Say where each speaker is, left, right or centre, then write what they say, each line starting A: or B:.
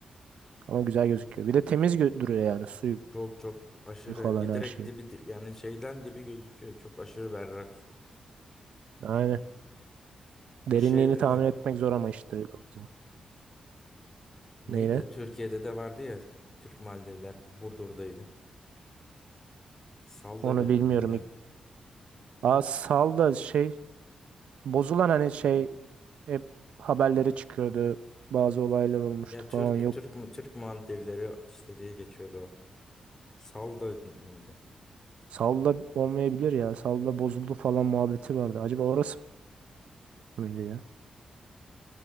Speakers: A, on the right (about 80°); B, on the left (about 20°).
A: Ama güzel gözüküyor. Bir de temiz gö- duruyor yani suyu
B: Çok çok aşırı
A: falan her
B: direkt
A: şeyi.
B: dibi di- yani şeyden dibi gözüküyor. Çok aşırı berrak su.
A: Aynen.
B: Bu
A: Derinliğini
B: şeyde
A: tahmin
B: de
A: etmek zor ama işte öyle oldu.
B: neydi?
A: Neyle?
B: Türkiye'de de vardı ya Türk Maldivler Burdur'daydı. Salda
A: Onu
B: Gölü
A: bilmiyorum.
B: müydü?
A: İlk- Aa sal da şey bozulan hani şey hep haberleri çıkıyordu. Bazı olaylar olmuştu
B: Ya Türk
A: falan. Yok
B: Türk mü Türk Maldivleri işte diye geçiyordu o. Salda di- miydi?
A: Salda olmayabilir ya. Salda bozuldu falan muhabbeti vardı. Acaba orası mıydı ya?